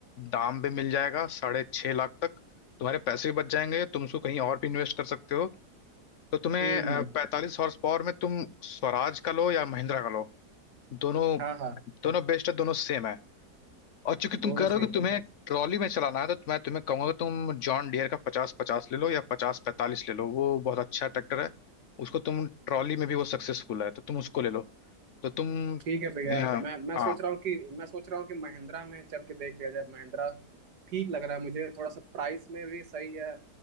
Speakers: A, on the left; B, on the right.
A: दाम पे मिल जाएगा साढ़े छह लाख तक तुम्हारे पैसे भी बच जाएंगे तुम उसको कहीं और भी इन्वेस्ट कर सकते हो तो तुम्हें
B: हम्म
A: पैंतालीस हॉर्स पावर में तुम स्वराज का लो या महिंद्रा का लो दोनों
B: हाँ हाँ
A: दोनों बेस्ट है दोनों सेम है और चूंकि तुम
B: दोनों
A: कह रहे
B: सही
A: हो कि तो
B: हैं
A: तुम्हें ट्रॉली में चलाना है तो मैं तुम्हें कहूंगा कि तुम जॉन डियर का पचास पचास ले लो या पचास पैंतालीस ले लो वो बहुत अच्छा ट्रैक्टर है उसको तुम ट्रॉली में भी वो सक्सेसफुल है तो तुम उसको ले लो तो तुम
B: ठीक है भैया
A: हाँ
B: मैं मैं सोच
A: हाँ
B: रहा हूँ कि मैं सोच रहा हूँ कि महिंद्रा में चल के देख लिया जाए महिंद्रा ठीक लग रहा है मुझे थोड़ा सा प्राइस में भी सही है